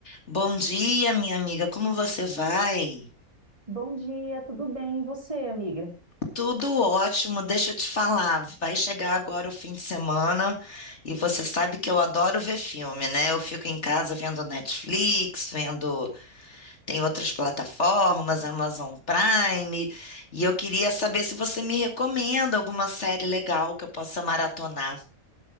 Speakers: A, on the left (about 50°); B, on the right (about 20°).
A: Bom dia, minha amiga. Como você vai?
B: Bom dia, tudo bem? E você, amiga?
A: Tudo ótimo, deixa eu te falar. Vai chegar agora o fim de semana e você sabe que eu adoro ver filme, né? Eu fico em casa vendo Netflix, vendo. Tem outras plataformas, Amazon Prime, e eu queria saber se você me recomenda alguma série legal que eu possa maratonar.